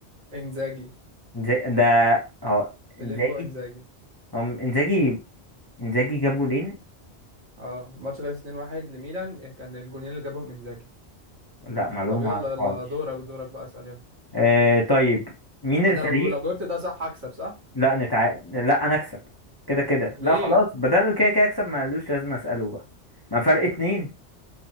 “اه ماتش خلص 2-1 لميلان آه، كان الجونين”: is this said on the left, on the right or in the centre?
Right